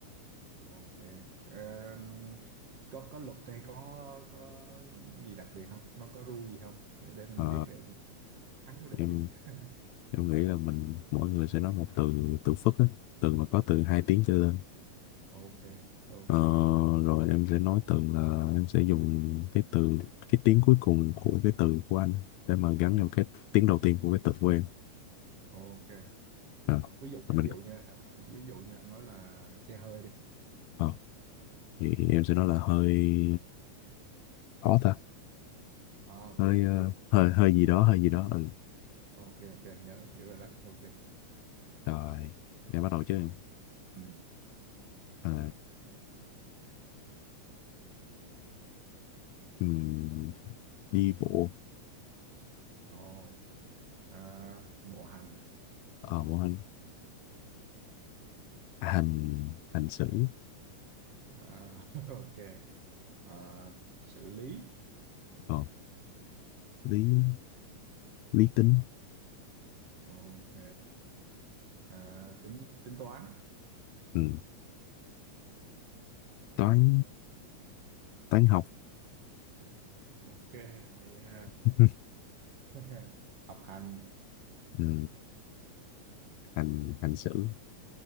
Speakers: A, on the right (about 55°); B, on the left (about 80°).
A: ok Ờm, có có luật hay có có gì đặc biệt không nó có rule gì không để để mình
B: Ờ,
A: biết để mình thắng mới được
B: em
A: chứ <laughs>
B: em nghĩ là mình mỗi người sẽ nói một từ từ phức á từ mà có từ hai tiếng trở lên
A: ok ok
B: Ờ, rồi em sẽ nói từ là em sẽ dùng cái từ cái tiếng cuối cùng của cái từ của anh để mà gắn
A: Ừ,
B: vào cái tiếng đầu tiên của cái từ của em
A: ok
B: Ờ,
A: ví dụ
B: mình
A: ví dụ như à, ví dụ như anh nói là xe hơi đi
B: ờ, thì em sẽ nói là hơi khó ta
A: à, ok
B: hơi
A: hiểu
B: ờ,
A: hiểu hiểu
B: hơi hơi
A: hiểu
B: gì đó hơi gì đó ừ
A: ok ok nhớ hiểu rồi đó ok
B: rồi em bắt đầu chứ em
A: ừ
B: Ờ, ừm, đi bộ
A: ồ à, bộ hành
B: ở bộ hành hành hành xử
A: à, <laughs> ok à, xử lý
B: ờ lý lý tính
A: ok à, tính tính toán
B: ừ toán toán học
A: ok hay ha
B: <laughs>
A: <laughs> học hành
B: ừ hành hành xử